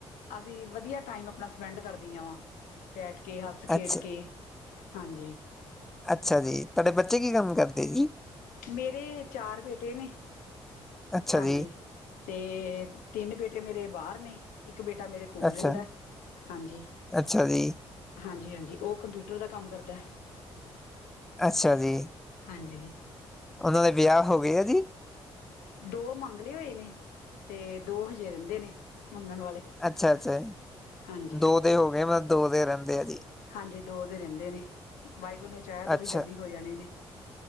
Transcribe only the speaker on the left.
ਅਸੀਂ ਵਧੀਆ ਟਾਈਮ ਆਪਣਾ ਸਪੈਂਡ ਕਰਦੀਆਂ ਵਾ। ਬੈਠ ਕੇ, ਹੱਸ ਖੇਡ
ਕੇ, ਹਾਂਜੀ।
ਮੇਰੇ ਚਾਰ ਬੇਟੇ ਨੇ।
ਹਾਂਜੀ,
ਤੇ ਤਿੰਨ ਬੇਟੇ ਮੇਰੇ ਬਾਹਰ ਨੇ, ਇੱਕ ਬੇਟਾ ਮੇਰੇ ਕੋਲ
ਰਹਿੰਦਾ, ਹਾਂਜੀ,
ਹਾਂਜੀ ਹਾਂਜੀ ਉਹ ਕੰਪਿਊਟਰ ਦਾ ਕੰਮ ਕਰਦਾ।
ਹਾਂਜੀ
ਦੋ ਮੰਗ ਲਏ ਹੋਏ ਨੇ, ਤੇ ਦੋ ਹਜੇ ਰਹਿੰਦੇ ਨੇ ਮੰਗਣ ਵਾਲੇ।
ਹਾਂਜੀ,
ਹਾਂਜੀ ਦੋ ਦੇ ਰਹਿੰਦੇ ਨੇ। ਵਾਹਿਗੁਰੂ ਨੇ ਚਾਹਿਆ ਤਾਂ
ਓ ਵੀ ਜਲਦੀ ਹੋ ਜਾਣੇ ਨੇ,